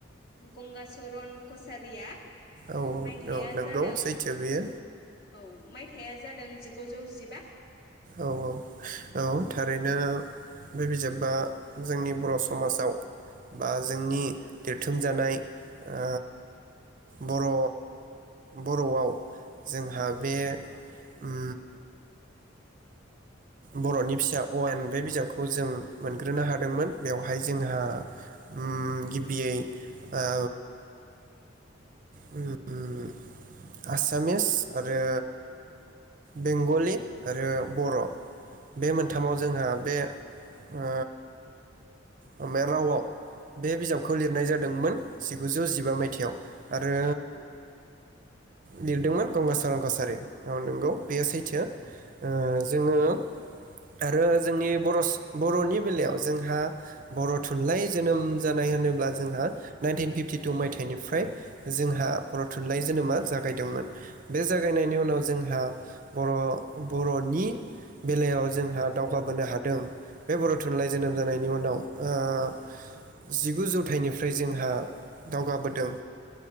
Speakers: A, on the left; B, on the right.
A: गंगचरन कसारिया।
B: औ
A: मायथाइया
B: औ नंगौ
A: जादों
B: सैथो बेयो
A: औ माइथाइया जादों जिगुजौ जिबा।
B: औ औ औ थारैनो बे बिजाबा जोंनि बर' समाजाव बा जोंनि देरथोमजानाय आ बर' बर'आव जोंहा बे उम बर'नि फिसा अ' आयेन बे बिजाबखौ जों मोनग्रोनो हादोंमोन बेवहाय जोंहा उम गिबियै ओ उम। आसामिस आरो बेंगलि आरो बर' बे मोनथामाव जोंहा बे ओ अ मा रावआव बे बिजाबखौ लिरनाय जादोंमोन जिगुजौ जिबा मायथाइयाव। आरो
A: औ
B: लिरदोंमोन गंगचरन कसारि औ नंगौ बेयो सैथो ओ जोङो आरो जोंनि बर' बर'नि बेलायाव जोंहा बर' थुनलाइ जोनोम जानाय होनोब्ला जोंहा नाइनटिन फिफ्टिटु मायथाइनिफ्राय जोंहा बर' थुनलाइ जोनोमा जागायदोंमोन बे जागायनायनि उनाव जोंहा बर' बर'नि बेलायाव जोंहा दावगाबोनो हादों बे बर' थुनलाइ जोनोम जानायनि उनाव ओ जिगु जौथाइनिफ्राय जोंहा दावगाबोदों।